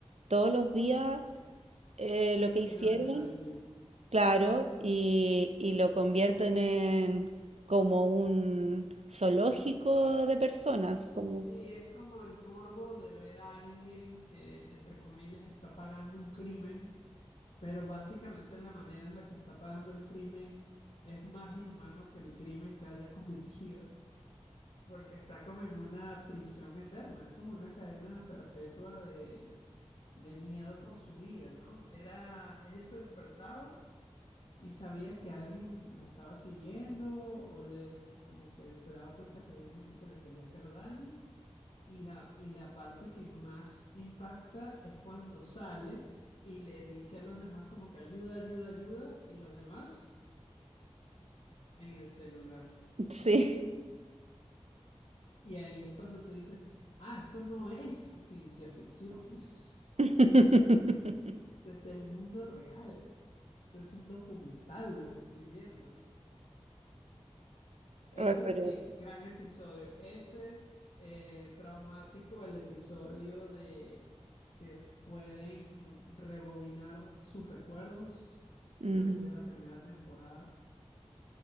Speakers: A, on the right; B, on the left.
A: todos los días eh, lo que hicieron
B: una pesadilla.
A: Claro, y, y lo convierten en como un zoológico de personas,
B: Sí,
A: como...
B: es como el morbo de ver a alguien que, entre comillas, está pagando un crimen Pero básicamente la manera en la que está pagando el crimen es más inhumano que el crimen que haya <laughs> cometido, porque está como en una prisión eterna, es como una cadena perpetua de, de miedo por su vida, ¿no? Era, ella se despertaba y sabía que alguien la estaba siguiendo o le, o como que se daba cuenta que había gente que le quería hacer daño y la, y la parte que más impacta es cuando sale y le dice a los demás como que ayuda, ayuda, ayuda, y los demás en el celular.
A: Sí.
B: Y ahí es cuando tú dices, ah, esto no es ciencia ficción. <laughs>
A: <laughs>
B: Este es el mundo real. Esto es un documental lo que estoy viendo. Ese
A: Ay, pero
B: sí, gran episodio. Ese eh, traumático, el episodio de que pueden rebobinar sus recuerdos.
A: Ujú.
B: Creo que es de la primera temporada.